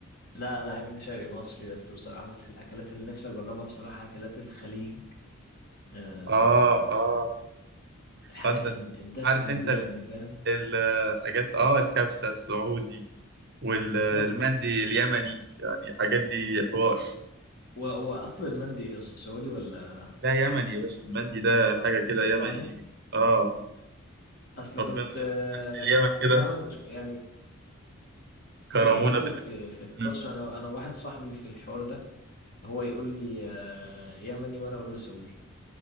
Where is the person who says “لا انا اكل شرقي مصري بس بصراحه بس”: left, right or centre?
Left